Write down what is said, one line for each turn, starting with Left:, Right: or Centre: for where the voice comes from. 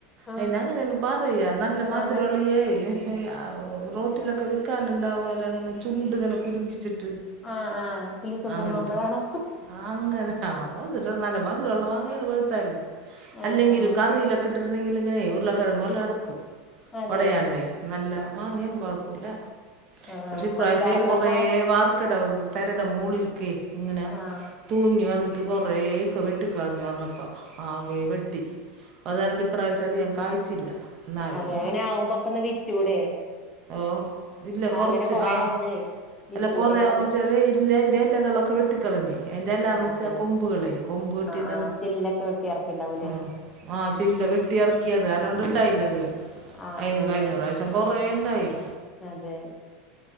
Left: ആഹ്
Right: അയിന് അങ്ങനെയ ഒന്ന് പറയാ നല്ല മധുരള്ളിയേ
Left: അതെ
Right: ഈഹ് റോട്ടിലൊക്കെ വിക്കാനുണ്ടാവല്ലോ ഇങ്ങനെ ചുണ്ട് ഇങ്ങനെ കുരുമ്പിച്ചിട്ട്.
Left: ആഹ് ആഹ് കിളിച്ചുണ്ടൻ
Right: അങ്ങനെതോ
Left: മാമ്പഴാണോ
Right: അങ്ങനെ ആ പോത്തിട്ട് നല്ല മതിരള്ള മാങ്ങേണ് പഴുത്താല്.
Left: ആഹ്
Right: അല്ലെങ്കിലും
Left: ആഹ്
Right: കറിയിലൊക്കെ ഇട്ടിട്ടുണ്ടെങ്കിലിങ്ങനെ ഉരുള കിഴങ്ങു പോലെ കെടക്കും
Left: അതെ
Right: ഉടയാണ്ടേ നല്ല മാങ്ങേണ് കൊഴപ്പല്ല
Left: ആഹ്
Right: പക്ഷേ ഇപ്രാവശ്യം
Left: കൊടുക്കാറുണ്ടപ്പൊ
Right: കൊറേ വർ ക്ക്ടവും പെരടെ മോളിക്കെ എങ്ങനാ
Left: ആഹ്
Right: തൂങ്ങി വന്നിട്ട് കൊറേക്കെ വെട്ടിക്കളഞ്ഞു അന്നപ്പ ആകെ വെട്ടി അതാരണം ഇപ്രാവശ്യം അതികം കായ്ച്ചില്ല. എന്നാലും
Left: അതെ അങ്ങനെ ആകുമ്പോ അപ്പന്നാ വിറ്റൂടെ
Right: ഓഹ് ഇല്ല
Left: ആഹ്
Right: കൊറച്ച്
Left: അങ്ങനെ കൊറേ
Right: ആഹ്
Left: ആവുമ്പഴേ വിറ്റൂടെ
Right: അല്ല കൊറേയാവു
Left: പറയാ
Right: ല ഇല്ലന്റെ ഇലകളൊക്കെ വെട്ടിക്കളഞ്ഞേ എന്റെല്ലാന്ന്
Left: അതെ
Right: വെച്ചാ കൊമ്പുകളെ കൊമ്പ് വെട്ട്യെതാണ്
Left: ആഹ് ആഹ് ചില്ലൊക്കെ വെട്ടി എറക്കിണ്ടാവൂലേ
Right: ആഹ് ആഹ് ചില്ല വെട്ടി എർക്കിയത അതോണ്ട് ഇണ്ടായില്ല അതികം അതിയേനെ
Left: ആഹ്
Right: അയിന്നു
Left: ആഹ്
Right: കഴിഞ്ഞ പ്രാവ്ശ് ച്ചംകൊറേണ്ടായി
Left: അതെ